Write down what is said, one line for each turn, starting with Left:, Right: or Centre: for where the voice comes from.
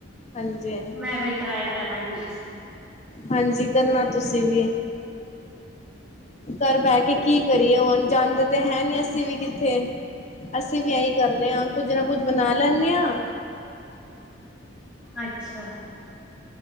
Left: ਹਾਂਜੀ
Centre: ਮੈਂ ਵੀ ਟਰਾਈ ਕਰਾਂਗੀ।
Left: ਹਾਂਜੀ ਕਰਨਾ ਤੁਸੀਂ ਵੀ। ਘਰ ਬਹਿ ਕੇ ਕੀ ਕਰੀਏ ਹੁਣ ਜਾਂਦੇ ਤੇ ਹੈ ਨੀ ਅਸੀਂ ਵੀ ਕਿੱਥੇ ਅਸੀਂ। ਅਸੀਂ ਵੀ ਆਹੀ ਕਰਨੇ ਹਾਂ ਕੁੱਝ ਨਾ ਕੁੱਝ ਬਣਾ ਲੈਂਨੇ ਹਾਂ।
Centre: ਅੱਛਾ।